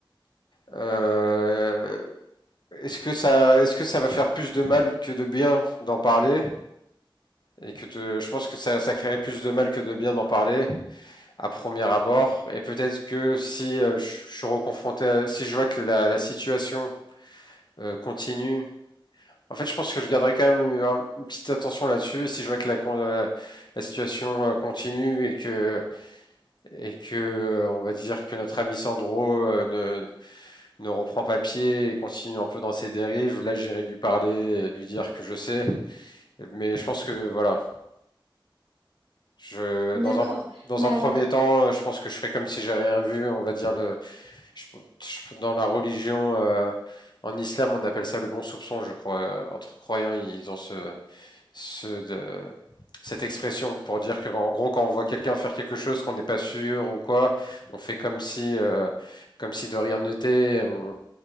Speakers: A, on the left (about 55°); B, on the right (about 80°).
A: Euh, est-ce que ça est-ce que ça va faire plus de mal que de bien d'en parler et que te- je pense que ça, ça créerait plus de mal que de bien d'en parler à premier abord. Et peut-être que si euh, je, je suis reconfronté, à- si je vois que la, la situation euh, continue, en fait, je pense que je garderai quand même une, une petite attention là-dessus. Et si je vois que la, con- euh, la situation euh, continue et que et que euh, on va dire que notre ami Sandro euh, ne ne reprend pas pied et continue un peu dans ses dérives, là, j'irai lui parler, et lui dire que je sais. Mais je pense que voilà, Je,
B: d'accord.
A: dans un, dans
B: Mais
A: un
B: alors,
A: premier temps, euh, je pense que je ferai comme si j'ai rien vu. On va dire le, je- je- dans la religion, euh, en islam, on appelle ça le bon soupçon, je crois. Euh, Entre croyants, ils ont ce, ce de- cette expression pour dire que, en gros, quand on voit quelqu'un faire quelque chose qu'on n'est pas sûr ou quoi, on fait comme si, euh, comme si de rien n'était. et on-